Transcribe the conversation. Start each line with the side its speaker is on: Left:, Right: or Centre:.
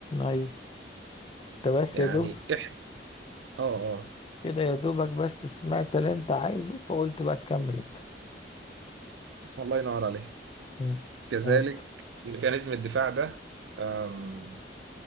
Left: ايوه انت بس
Right: يعني
Left: يا دوب
Right: احنا اه اه
Left: كده يا دوبك بس سمعت اللي انت عايزه فقلت بقى تكمل انت
Right: الله ينور عليك
Left: مم.
Right: كذلك
Left: فهمت
Right: ميكانيزم الدفاع ده أم...